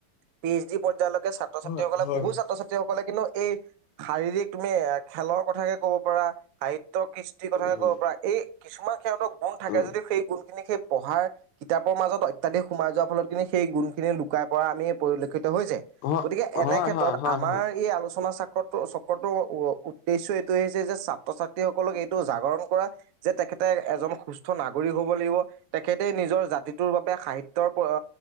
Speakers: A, on the right; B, on the left.
A: পি এইচ ডি পৰ্যায়লৈকে ছাত্ৰ ছাত্ৰীসকলে
B: হয় হয়
A: বহু ছাত্ৰ ছাত্ৰীসকলে কিন্তু এই শাৰীৰিক তুমি এ খেলৰ কথাকে কব পাৰা সাহিত্যৰ কৃষ্টিৰ কথাকে
B: উম
A: ক'ব পাৰা এই কিছুমান সিহঁতক গুণ থাকে
B: উম
A: যদি সেই গুণখিনি সেই পঢ়াৰ কিতাপৰ মাজত অত্যাধিক সোমাই যোৱাৰ ফলত কিন্তি সেই গুণ খিনি লুকাই পৰা আমি পৰিলক্ষিত হৈ যায়।
B: হয়
A: গতিকে এনে ক্ষেত্ৰত
B: হয় হয় হয়
A: আমাৰ এই আলোচনা চাক চক্ৰ চক্ৰটোৰ উ উদ্দেশ্য এইটোয়ে হৈছে যে ছাত্ৰ ছাত্ৰী সকলক এইটো জাগৰণ কৰা। যে তেখেতে এজন সুস্থ নাগৰিক হব লাগিব, তেখেতে নিজৰ জাতিটোৰ বাবে সাহিত তৰ পৰা